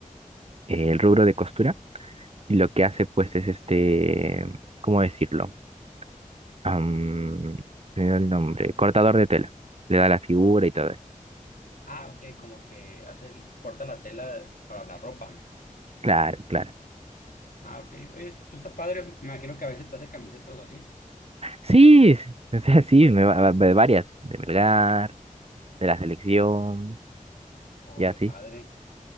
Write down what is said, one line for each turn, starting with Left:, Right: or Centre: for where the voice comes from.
Right: eh, el rubro de costura. Y lo que hace, pues, es este, ¿cómo decirlo? Am, se me olvidó el nombre. Cortador de tela. Le da la figura y todo eso.
Left: ah, ok, como que hace el- corta la tela para la ropa.
Right: Claro, claro.
Left: Ah, ok. Oye, esto está padre. Me imagino que a veces te hace camisetas o algo así.
Right: Sí, <laughs> s- o sea, sí, me va, va- de varias. De Melgar, de la selección,
Left: Oh,
Right: y así.
Left: qué padre.